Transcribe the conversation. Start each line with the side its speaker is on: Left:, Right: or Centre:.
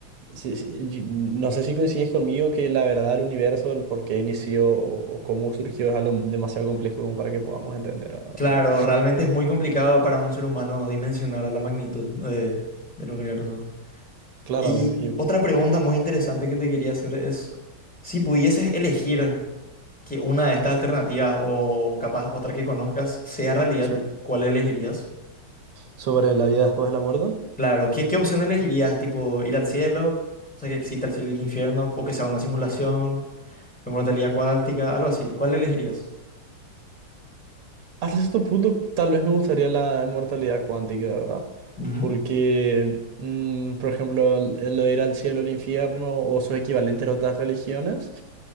Right: sí si- yo- no sé si coincides conmigo que la verdad del universo, el por qué inició o, o cómo surgió es algo demasiado complejo como para que podamos entender,
Centre: Claro,
Right: ¿verdad?
Centre: realmente es muy complicado para un ser humano dimensionar la magnitud de- del universo.
Right: Claro,
Centre: Y
Right: y- y-
Centre: otra pregunta muy interesante que te quería hacer es, si pudieses elegir que una de estas alternativas o capaz otra que conozcas sea realidad,
Right: sí.
Centre: ¿cuál elegirías?
Right: Sobre la vida después de la muerte.
Centre: Claro, ¿qué, qué opción elegirías? ¿Tipo ir al cielo? O sea, que exista el cielo y el infierno, o que sea una simulación, o inmortalidad cuántica, algo así. ¿Cuál elegirías?
Right: Hasta cierto punto, tal vez me gustaría la inmortalidad cuántica, ¿verdad?
Centre: Ujú.
Right: Porque, mm, por ejemplo, el- el lo de ir al cielo, al infierno o sus equivalentes de otras religiones,